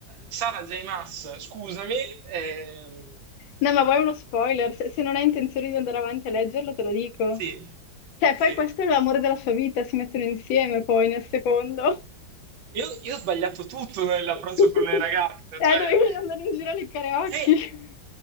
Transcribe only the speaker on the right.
Sara J. Maas, scusami. ehm,
sì,
sì.
Io, io ho sbagliato tutto nell'approccio
con le ragazze, cioè
Eh,